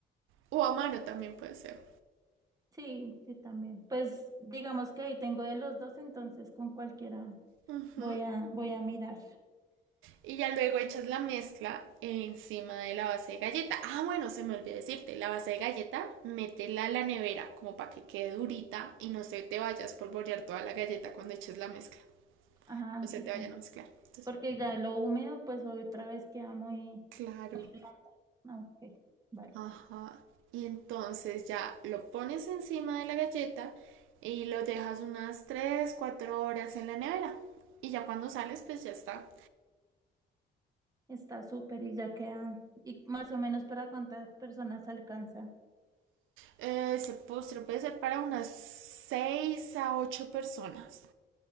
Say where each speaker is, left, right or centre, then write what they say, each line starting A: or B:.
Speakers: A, on the right; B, on the right.
A: O a mano también puede ser.
B: Sí, sí, también. Pues digamos que ahí tengo de los dos, entonces con cualquiera
A: Ujú.
B: voy a, voy a mirar.
A: Y ya luego echas la mezcla encima de la base de galleta. Ah, bueno, se me olvidó decirte, la base de galleta, métela a la nevera como para que quede durita y no se te vayas a espolvorear toda la galleta cuando eches la mezcla.
B: Ah,
A: se
B: sí,
A: te
B: también.
A: vayan a mezclar. Entonces,
B: Porque ya lo húmedo, pues otra vez queda muy,
A: claro.
B: muy blanda. Ah, Ok, vale.
A: Ajá. Y entonces ya lo pones encima de la galleta y lo dejas unas 3 4 horas en la nevera. Y ya cuando sales, pues ya está.
B: Está súper y ya queda. ¿Y más o menos para cuántas personas alcanza?
A: Eh, Ese postre puede ser para unas 6 a 8 personas.